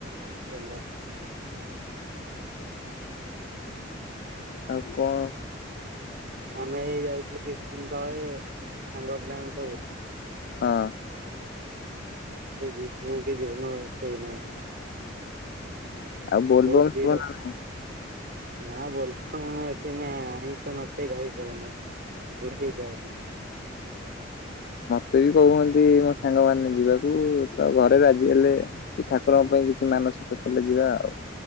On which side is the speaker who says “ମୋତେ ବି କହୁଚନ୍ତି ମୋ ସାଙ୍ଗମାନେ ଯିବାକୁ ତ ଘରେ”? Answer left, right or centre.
Left